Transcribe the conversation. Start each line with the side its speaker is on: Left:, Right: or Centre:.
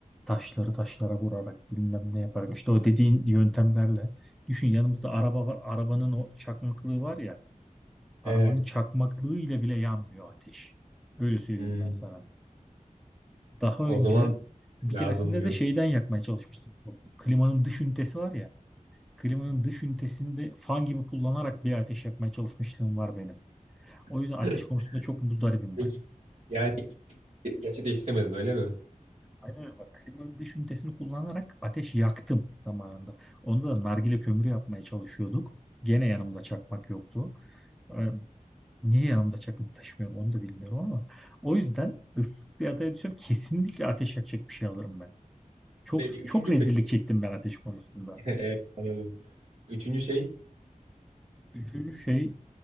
Centre: taşları taşlara vurarak bilmem ne yaparak işte o dediğin yöntemlerle. Düşün yanımızda araba var. Arabanın o çakmaklığı var ya. Arabanın
Right: Evet.
Centre: çakmaklığıyla bile yanmıyor ateş. Öyle söyleyeyim
Right: Hmm,
Centre: ben sana. Daha önce
Right: o zaman
Centre: bir
Right: Lazımmış
Centre: keresinde
Right: o
Centre: de
Right: zaman.
Centre: şeyden yakmaya çalışmıştım. Bu Klimanın dış ünitesi var ya. Klimanın dış ünitesini de fan gibi kullanarak bir ateş yakmaya çalışmışlığım var benim. O yüzden
Right: <laughs>
Centre: ateş konusunda çok muzdaribim
Right: Peki,
Centre: ben.
Right: yani gerçekleştiremedin öyle mi?
Centre: Aynen öyle bak. Klimanın dış ünitesini kullanarak ateş yaktım zamanında. Onda da nargile kömürü yapmaya çalışıyorduk. Gene yanımda çakmak yoktu. Ee, Niye yanımda çakmak taşımıyorum onu da bilmiyorum ama o yüzden ıssız bir adaya düşsem kesinlikle ateş yakacak bir şey alırım ben. Çok
Right: Peki üçüncü
Centre: çok rezillik
Right: peki.
Centre: çektim ben ateş konusunda.
Right: <laughs> Evet, Anladım. Üçüncü şey.
Centre: Üçüncü şey